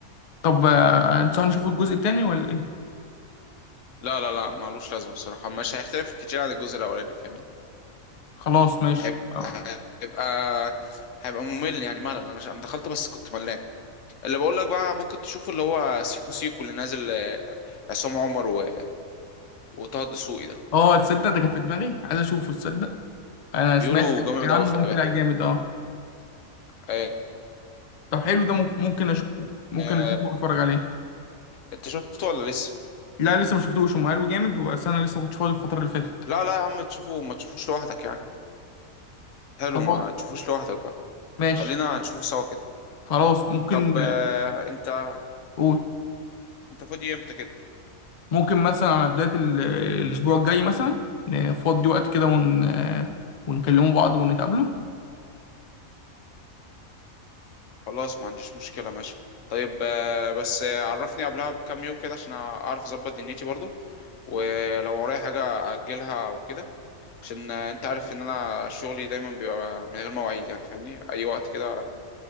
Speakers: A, on the left; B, on the left.
A: طب آه، انت هنشوف الجزء التاني ولا ايه
B: لا لا لا معلوش لازمة الصراحة مش هيختلف كتير عن الجزء الأولاني فاهمني
A: خلاص ماشي
B: هيبقى
A: اه
B: هيبقى هيبقى ممل يعني ملل انا ش- انا دخلت بس كنت ملان اللي بقول لك بقى ممكن تشوفه اللي هو سيكو سيكو اللي نازل آه، عصام عمر و... وطه الدسوقي ده
A: آه، تصدق ده كان في دماغي عايز اشوفه تصدق انا
B: بيقولوا
A: سمعت
B: جامد
A: عنه
B: قوي خلي
A: هو
B: بالك
A: طلع جامد اه
B: آه،
A: طب حلو ده ممكن ممكن اشوفه ممكن
B: آه،
A: اشوفه واتفرج عليه
B: انت شفته ولا لسه
A: لا لسه ما شفتوش هم قالوا جامد بس انا لسه ما كنتش فاضي الفتره اللي فاتت
B: لا لا يا عم تشوفه ما تشوفوش لوحدك يعني حلو
A: خلاص
B: ما تشوفوش لوحدك بقى
A: ماشي
B: خلينا نشوفه سوا كده
A: خلاص ممكن
B: طب آه،
A: آه،
B: انت
A: قول
B: انت فاضي امتى كده
A: ممكن مثلا على بدايه ال- الاسبوع الجاي مثلا نفضي وقت كده ون آه، ونكلموا بعض ونتقابلوا
B: خلاص ما عنديش مشكلة ماشي طيب آه، بس آه، عرفني قبلها بكام يوم كده عشان اعرف اظبط دنيتي برضو ولو ورايا حاجة أجلها أو كده عشان أنت عارف إن أنا شغلي دايما بيبقى من غير مواعيد يعني فاهمني أي وقت كده